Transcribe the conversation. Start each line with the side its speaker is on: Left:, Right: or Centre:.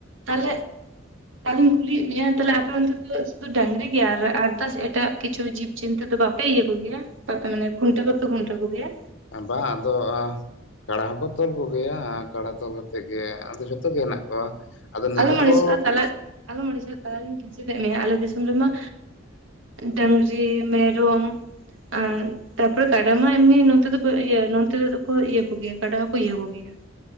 Right: ᱛᱟᱦᱚᱞᱮ ᱛᱟᱦᱚᱞᱮᱧ ᱠᱩᱞᱤᱭᱮᱫ ᱢᱮᱭᱟ ᱛᱟᱦᱞᱮ ᱟᱯᱮ ᱚᱱᱛᱮ ᱥᱩᱫᱩ ᱰᱟᱝᱨᱤ ᱜᱮᱭᱟ ᱟᱨᱫᱟᱥ ᱮᱴᱟᱜ ᱠᱤᱪᱷᱩ ᱡᱤᱵ ᱡᱤᱱᱛᱟᱹ ᱫᱚ ᱵᱟᱯᱮ ᱤᱭᱟᱹ ᱠᱚ ᱜᱮᱭᱟ ᱢᱟᱱᱮ ᱠᱷᱩᱱᱴᱟᱹᱜ <unintelligible> ᱜᱩᱱᱴᱟ ᱠᱚ ᱜᱮᱭᱟ
Left: ᱵᱟᱝ ᱟᱫᱚ ᱠᱟᱲᱟ ᱦᱚᱸᱠᱚ ᱛᱚᱞ ᱠᱚᱜᱮᱭᱟ ᱠᱟᱰᱟ ᱛᱚᱞ ᱠᱟ ᱠᱟᱛᱮᱫ ᱜᱮ ᱟᱫᱚ ᱡᱷᱚᱛᱚ ᱜᱮ ᱦᱮᱱᱟᱜ ᱠᱚᱣᱟ᱾ ᱟᱫᱚ ᱱᱤᱛᱚᱜ
Right: ᱟᱞᱚᱢ ᱟᱲᱤᱥᱚᱜ-ᱟ
Left: ᱫᱚ
Right: ᱛᱟᱞᱟᱨᱤᱧ ᱟᱞᱚᱢ ᱟᱲᱤᱥᱚᱜ-ᱟ ᱛᱟᱞᱟᱨᱤᱧ ᱠᱮᱪᱮᱫ ᱪᱮᱫ ᱢᱮᱭᱟ ᱟᱞᱮ ᱫᱤᱥᱚᱢ ᱨᱮᱢᱟ ᱰᱟᱝᱨᱤ ᱢᱮᱨᱚᱢ ᱟᱨ ᱛᱟᱯᱚᱨᱮ ᱠᱟᱰᱟ ᱢᱟ ᱮᱢᱱᱤ ᱱᱚᱛᱮ ᱫᱚ ᱤᱭᱟᱹ ᱱᱚᱛᱮ ᱫᱚᱠᱚ ᱤᱭᱟᱹ ᱠᱚᱜᱮᱭᱟ ᱠᱟᱰᱟ ᱦᱚᱸᱠᱚ ᱤᱭᱟᱹ ᱠᱚᱜᱮᱭᱟ᱾ <inaudible>